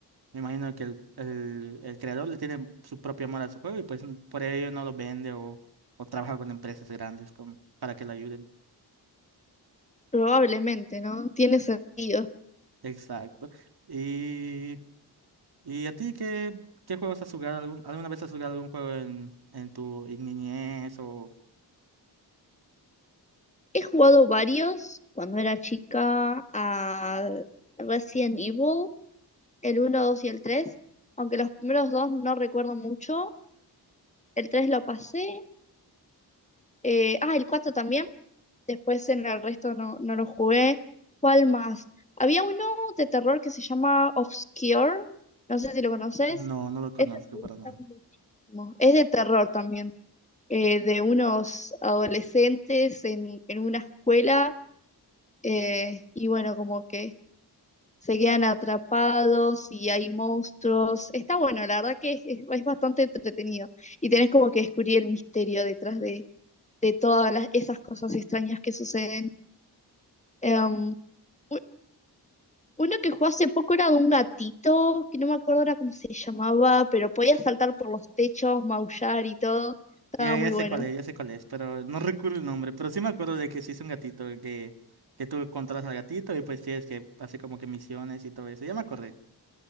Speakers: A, on the right (about 65°); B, on the left (about 15°).
A: me imagino que el, el, el creador le tiene su propio amor a su juego y pues n- por ello no lo vende o, o trabaja con empresas grandes con, para que lo ayuden.
B: Probablemente, ¿no? Tiene sentido.
A: Exacto. y ¿Y a ti qué, qué juegos has jugado? ¿Algún- alguna vez has jugado algún juego en, en tu niñez o...?
B: He jugado varios cuando era chica a Resident Evil, el uno 2 y el tres aunque los primeros dos no recuerdo mucho. El tres lo pasé, eh, ah, el 4 también, después en el resto no, no lo jugué. ¿Cuál más? Había uno de terror que se llama Obscure, no sé si lo conoces.
A: No, no lo conozco
B: Este me
A: para
B: gusta
A: nada.
B: muchísimo. Es de terror también. eh, de unos adolescentes en, en una escuela eh, y bueno, como que se quedan atrapados y hay monstruos. Está bueno, la verdad que es, es- es bastante entretenido y tenés como que descubrir el misterio detrás de, de todas las, esas cosas extrañas que suceden. Em, u- uno que jugó hace poco era de un gatito, que no me acuerdo ahora cómo se llamaba, pero podía saltar por los techos, maullar y todo. Estaba
A: Ya,
B: muy
A: ya sé
B: bueno.
A: cuál es, ya sé cuál es, pero no recuerdo el nombre. Pero sí me acuerdo de que sí es un gatito, que, que tú controlas al gatito y pues tienes que hacer como que misiones y todo eso. Ya me acordé.